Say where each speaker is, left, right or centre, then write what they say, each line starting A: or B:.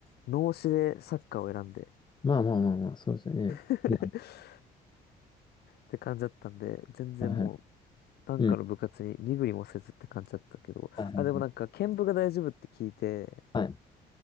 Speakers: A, on the left; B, on the left.
A: う、脳死でサッカーを選んで
B: まあまあまあまあ、そうですよね。
A: <laughs>
B: うん
A: って感じだったんで、全然も
B: はいはい。
A: う、なんかの部活に身振りもせずって感じだったけど、
B: うん。はいはい
A: あ、でもなんか、剣舞が大丈夫って聞いて、
B: はいはい。